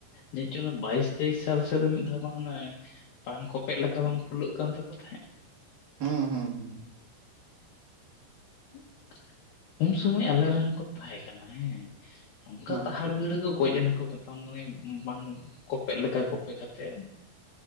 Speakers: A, on the left; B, on the right.
A: ᱡᱮᱫ ᱪᱚᱝ ᱵᱟᱭᱤᱥ ᱛᱮᱭᱤᱥ ᱥᱟᱞ ᱥᱮᱫᱨᱮ ᱢᱤᱫ ᱫᱷᱟᱣ ᱵᱟᱝ ᱯᱟᱱ ᱠᱚᱯᱮᱫ ᱞᱮᱠᱟ ᱵᱟᱝ ᱯᱷᱩᱞᱟᱹᱜ ᱠᱟᱱ ᱛᱟᱠᱚ ᱛᱟᱦᱮᱸᱫ
B: ᱦᱮᱸ ᱦᱮᱸ ᱦᱮᱸ
A: ᱦᱮᱸ ᱩᱱ ᱥᱚᱢᱚᱭ ᱟᱞᱮ ᱨᱮᱱ ᱦᱚᱸᱠᱚ ᱛᱟᱦᱮᱸ ᱠᱟᱱᱟ ᱦᱮᱸ ᱚᱱᱠᱟ
B: ᱦᱩᱸ
A: ᱛᱟᱦᱟᱲ ᱵᱤᱦᱟᱹᱲ ᱠᱚ ᱜᱚᱡ ᱮᱱᱟᱠᱚ ᱢᱮᱛᱟᱢ ᱠᱟᱱᱤᱧ ᱯᱟᱱ ᱠᱚᱯᱮᱜ ᱞᱮᱠᱟ ᱠᱚᱯᱮ ᱠᱟᱛᱮᱫ